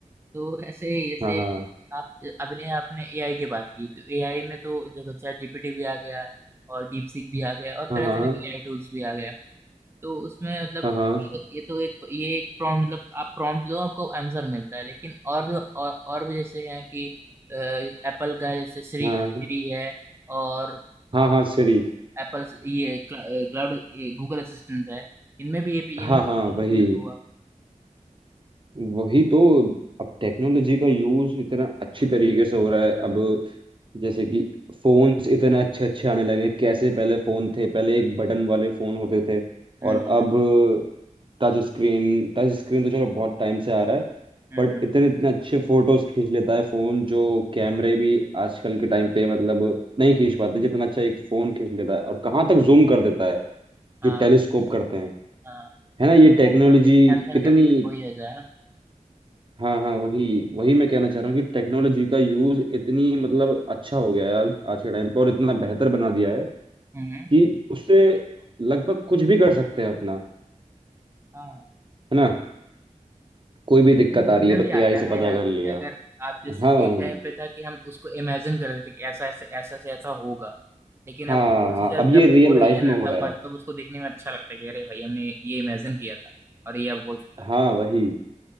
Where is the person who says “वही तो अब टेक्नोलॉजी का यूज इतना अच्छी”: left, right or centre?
Right